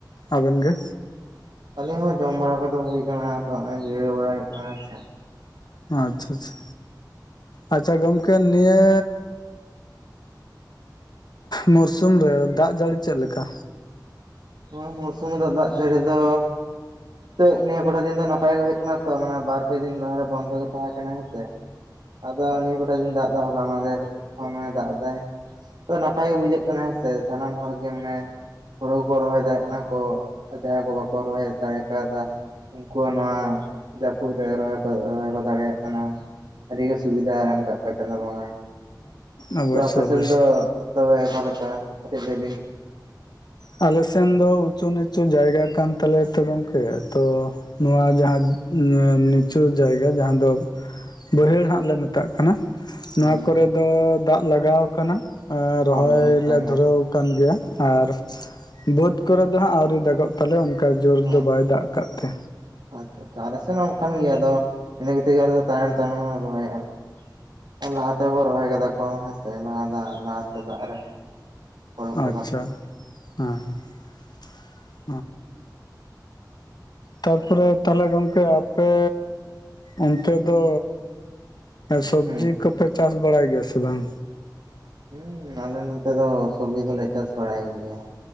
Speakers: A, on the right; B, on the left.
A: ᱚ
B: ᱟᱵᱮᱱ ᱜᱮ?
A: ᱟᱹᱞᱤᱧ ᱦᱚᱸ ᱡᱚᱢ ᱵᱟᱲᱟ ᱠᱚᱫᱚ ᱦᱩᱭ ᱠᱟᱱᱟ ᱟᱫᱚ ᱡᱤᱨᱟᱹᱣ ᱵᱟᱲᱟ ᱦᱩᱭᱩᱜ ᱠᱟᱱᱟ ᱦᱮ ᱥᱮ᱾
B: ᱟᱪᱪᱷᱟ ᱟᱪᱪᱷᱟ, ᱟᱪᱪᱷᱟ ᱜᱚᱝᱠᱮ ᱱᱤᱭᱟᱹ ᱢᱩᱨᱥᱩᱢ ᱨᱮ ᱫᱟᱜ ᱡᱟᱹᱲᱤ ᱪᱮᱫ ᱞᱮᱠᱟ?
A: ᱱᱚᱣᱟ ᱢᱩᱲᱥᱩᱢ ᱨᱮᱫᱚ ᱫᱟᱜ ᱡᱟᱹᱲᱤ ᱫᱚ ᱛᱳ ᱱᱤᱭᱟᱹ ᱠᱚᱴᱟ ᱫᱤᱱ ᱫᱚ ᱱᱟᱯᱟᱭ ᱜᱮ ᱦᱩᱭᱩᱜ ᱠᱟᱱᱟ ᱛᱚ ᱢᱟᱱᱮ ᱵᱟᱨ ᱯᱮ ᱫᱤᱱ ᱞᱟᱦᱟᱨᱮ ᱵᱚᱱᱫᱚ ᱜᱮ ᱛᱟᱦᱮᱸ ᱠᱟᱱᱟ ᱦᱮᱸ ᱥᱮ ᱾ ᱟᱫᱚ ᱱᱤᱭᱟᱹ ᱜᱚᱴᱟᱜ ᱫᱤᱱ ᱫᱟᱜ ᱫᱟ ᱦᱚᱞᱟ ᱢᱟᱫᱷᱮᱨ ᱠᱷᱚᱱᱮ ᱫᱟᱜ ᱫᱟᱭ ᱾ ᱱᱟᱯᱟᱭ ᱜᱮ ᱵᱩᱡᱷᱟᱹᱜ ᱠᱟᱱᱟ ᱦᱮᱸᱥᱮ ᱥᱟᱱᱟᱢ ᱦᱚᱲ ᱜᱮ ᱢᱟᱱᱮ ᱦᱩᱲᱩ ᱠᱚ ᱨᱚᱦᱚᱭ ᱫᱟᱲᱮᱭᱟᱜ ᱠᱟᱱᱟ ᱠᱚ ᱡᱟᱦᱟᱸᱭ ᱠᱚ ᱵᱟᱠᱚ ᱨᱚᱦᱚᱭ ᱫᱟᱲᱮ ᱠᱟᱣᱫᱟ ᱩᱱᱠᱩ ᱦᱚᱸ ᱱᱚᱣᱟ ᱡᱟᱹᱯᱩᱫ ᱨᱮ ᱨᱚᱦᱚᱭ ᱠᱚ ᱨᱚᱦᱚᱭ ᱠᱚ ᱫᱟᱲᱮᱭᱟᱜ ᱠᱟᱱᱟ᱾ ᱟᱹᱰᱤᱜᱮ ᱥᱩᱵᱤᱫᱟ ᱮᱢ ᱠᱟᱫ ᱠᱚᱣᱟ ᱪᱟᱸᱫᱳ ᱵᱚᱸᱜᱟ᱾
B: ᱚᱵᱚᱥᱥᱳᱭ
A: ᱛᱚ ᱟᱯᱮ
B: ᱚᱵᱚᱥᱥᱳᱭ
A: ᱥᱮᱱ ᱫᱚ ᱛᱚᱵᱮ ᱚᱠᱟᱞᱮᱠᱟ ᱠᱟᱹᱴᱤᱡ ᱞᱟᱹᱭ ᱵᱤᱱ,
B: ᱟᱞᱮᱥᱮᱱ ᱫᱚ ᱩᱪᱩ ᱱᱤᱪᱩ ᱡᱟᱭᱜᱟ ᱠᱟᱱ ᱛᱟᱞᱮᱭᱟ ᱛᱚ ᱜᱚᱝᱠᱮ ᱛᱚ ᱱᱚᱣᱟ ᱡᱟᱦᱟᱸ ᱱᱤᱪᱩ ᱡᱟᱭᱜᱟ ᱡᱟᱦᱟᱸ ᱫᱚ ᱵᱟᱹᱭᱦᱟᱹᱲ ᱦᱟᱸᱜ ᱞᱮ ᱢᱮᱛᱟᱜ ᱠᱟᱱᱟ᱾ ᱱᱚᱣᱟ
A: ᱦᱮᱸ
B: ᱠᱚᱨᱮ ᱫᱚ ᱫᱟᱜ ᱞᱟᱜᱟᱣ ᱠᱟᱱᱟ ᱟᱨ
A: ᱦᱳᱭ
B: ᱨᱚᱦᱚᱭ
A: ᱚᱱᱠᱟ
B: ᱞᱮ ᱫᱷᱩᱨᱟᱹᱣ
A: ᱜᱮ
B: ᱠᱟᱱ ᱜᱮᱭᱟ ᱾ ᱟᱨ ᱵᱟᱹᱫᱽ ᱠᱚᱨᱮ ᱫᱚ ᱦᱟᱸᱜ ᱟᱹᱣᱨᱤ ᱫᱟᱜᱚᱜ ᱛᱟᱞᱮᱭᱟ ᱚᱱᱠᱟ ᱡᱳᱨ
A: ᱦᱮᱸ
B: ᱫᱚ ᱵᱟᱭ ᱫᱟᱜ ᱠᱟᱫ ᱛᱮ᱾
A: ᱟᱪᱪᱷᱟ ᱟᱞᱮ ᱥᱮᱱ ᱚᱱᱠᱟᱱ ᱜᱮᱭᱟ ᱟᱫᱚ ᱤᱱᱟᱹ ᱠᱷᱟᱹᱛᱤᱨ ᱛᱮᱜᱮ ᱟᱞᱮ ᱫᱚ ᱛᱟᱭᱱᱚᱢ ᱛᱟᱭᱱᱚᱢ ᱞᱮ ᱨᱚᱦᱚᱭ ᱮᱫ-ᱟ᱾ ᱟᱨ ᱞᱟᱦᱟ ᱛᱮᱦᱚ ᱠᱚ ᱨᱚᱦᱚᱭ ᱠᱟᱫᱟ ᱠᱚ ᱦᱮᱸᱥᱮ ᱞᱟᱦᱟ ᱞᱟᱦᱟ ᱛᱮ ᱫᱟᱜ ᱨᱮ᱾ ᱦᱳᱲᱳ ᱠᱚᱫᱚ
B: ᱟᱪᱪᱷᱟ <unintelligible> ᱛᱟᱨᱯᱚᱨᱮ ᱛᱟᱦᱚᱞᱮ ᱜᱚᱝᱠᱮ ᱟᱯᱮ ᱚᱱᱛᱮ ᱫᱚ ᱥᱚᱵᱽᱡᱤ
A: ᱦᱩᱸ
B: ᱠᱚᱯᱮ ᱪᱟᱥ ᱵᱟᱲᱟᱭ ᱜᱮᱭᱟ ᱥᱮ ᱵᱟᱝ᱾
A: ᱦᱩᱸ ᱟᱞᱮ ᱱᱚᱛᱮ ᱫᱚ ᱥᱚᱵᱡᱤ ᱫᱚᱞᱮ ᱪᱟᱥ ᱵᱟᱲᱟᱭ ᱜᱮᱭᱟ᱾